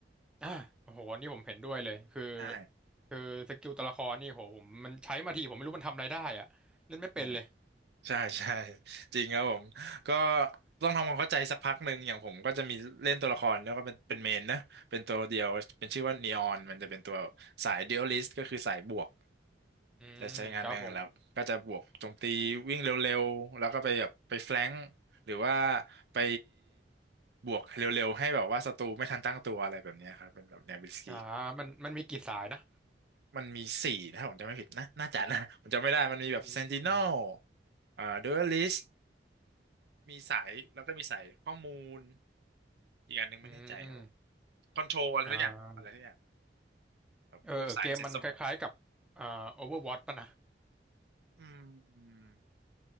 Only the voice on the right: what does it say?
ใช่
ใช่ใช่ใช่จริงครับผมก็ต้องทำความเข้าใจสักพักหนึ่งอย่างผมก็จะมีเล่นตัวละครแล้วก็เป็นเป็นเมนนะเป็นตัวเดียวเป็นชื่อว่านีออนมันจะเป็นตัวสายเด a l i ลิสต์ก็คือสายบวก
จะใช้งานเองแล้วก็จะบวกโจมตีวิ่งเร็วๆแล้วก็ไปแบบไปแฟลงก์หรือว่าไปบวกเร็วๆให้แบบว่าศัตรูไม่ทันตั้งตัวอะไรแบบเนี้ยครับเป็นแบบแนวบิสกิก
มันมีสี่ถ้าผมจำไม่ผิดนะน่าจะนะผมจำไม่ได้มันมีแบบเซนติ
n น l เอ่อดูอลิสมีสายแล้วก็มีสายข้อมูลอีกอันหนึงไม่แน่ใจครับ
คอนโทรลอะไรทุกอย่างอะไรทุกอย่าง
แบบพวกสายเซ็ตสโมก
อืม